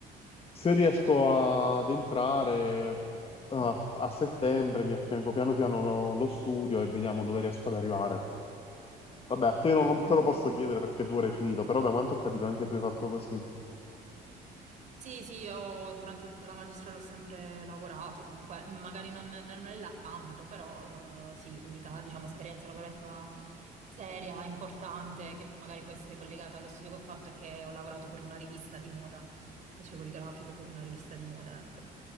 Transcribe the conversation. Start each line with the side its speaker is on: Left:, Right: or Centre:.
Left: se riesco ad entrare ah, a settembre, mi affianco piano piano lo, lo studio e vediamo dove riesco ad arrivare. Vabbè, a te non lo-
Right: mm,
Left: te lo posso
Right: eh.
Left: chiedere perché tu ora hai finito, però da quanto ho capito anche tu hai fatto così.
Right: Sì, sì, io durante tutta la magistrale ho sempre lavorato, comunque magari non, non nell'ambito, però eh, sì, l'unica, diciamo, esperienza lavorativa seria, importante, che magari può essere collegata allo studio che ho fatto è che ho lavorato per una rivista di moda, facevo il grafico per una rivista di moda, ecco.